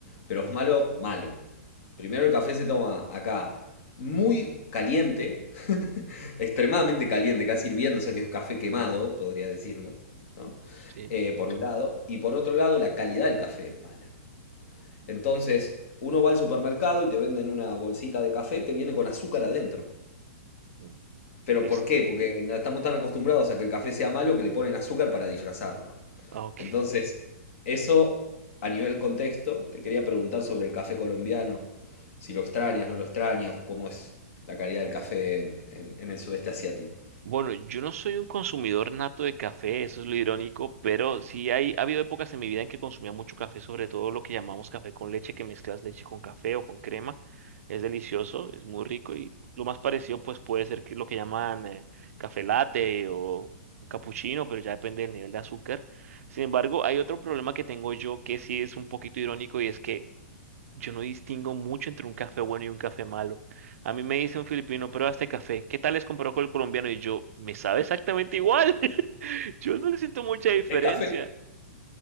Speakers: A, on the left (about 60°); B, on the right (about 65°).
A: pero es malo, malo. Primero el café se toma acá muy caliente, extremadamente caliente, casi hirviendo, o sea que es café quemado, podría decirlo, ¿no?
B: Sí.
A: Eh, por un lado, y por otro lado, la calidad del café es mala. Entonces, uno va al supermercado y te venden una bolsita de café que viene con azúcar adentro.
B: mm,
A: ¿Pero
B: Listo.
A: por qué? Porque no estamos tan acostumbrados a que el café sea malo que le ponen azúcar para disfrazarlo.
B: Ah, Ok.
A: Entonces, eso a nivel contexto, te quería preguntar sobre el café colombiano, si lo extrañas, no lo extrañas, cómo es la calidad del café en, en- en el sudeste asiático.
B: Bueno, yo no soy un consumidor nato de café, eso es lo irónico, pero sí hay, ha habido épocas en mi vida en que consumía mucho café, sobre todo lo que llamamos café con leche, que mezclas leche con café o con crema. Es delicioso, es muy rico y lo más parecido pues puede ser que lo que llaman eh, café latte o capuchino, pero ya depende del nivel de azúcar. Sin embargo, hay otro problema que tengo yo que sí es un poquito irónico y es que yo no distingo mucho entre un café bueno y un café malo. A mí me dice un filipino, prueba este café. ¿Qué tal es comparado con el colombiano? Y yo, me sabe exactamente igual. <laughs> Yo no le siento mucha diferencia.
A: ¿Es café?